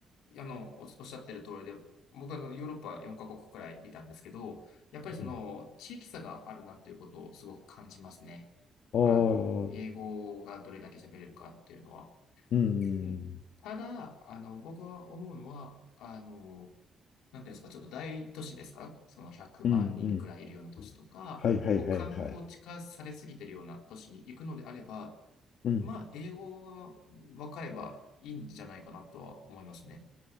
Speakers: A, on the left; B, on the left.
A: あの、お、おっしゃってる通りで、僕はあのヨーロッパ4カ国くらいいたんですけど、やっぱりその地域差があるなっていうことをすごく感じますね。
B: うん、ああ、
A: あの、
B: うん、
A: 英語がどれだけ喋れるかっていうのは。
B: うん、
A: うん。ただ、あの、僕は思うのは、あの、なんていうんですか、ちょっと大都市ですかその100万人くらいいるような都市とか、
B: うん。はいはいはいはい。
A: もう観光地化されすぎてるような都市に行くのであれば、
B: うん。
A: まあ、英語が分かればいいんじゃないかなとは思いますね。